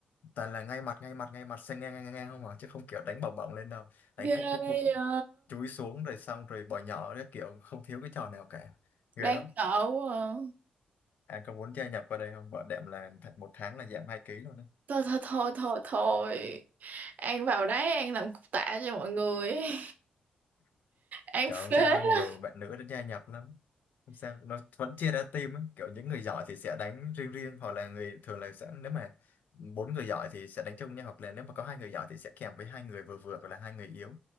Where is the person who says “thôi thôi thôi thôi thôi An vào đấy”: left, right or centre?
Right